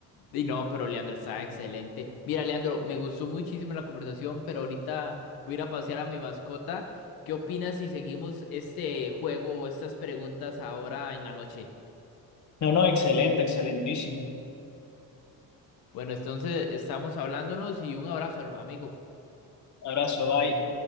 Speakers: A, on the left; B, on the left.
A: Y no, pero Leandro está excelente. Mira, Leandro, me gustó muchísimo la conversación, pero ahorita voy a ir a pasear a mi mascota. ¿Qué opinas si seguimos este juego o estas preguntas ahora en la noche?
B: No, no, excelente, excelentísimo.
A: Bueno, entonces estamos hablándonos y un abrazo, herma- amigo.
B: Abrazo, bye.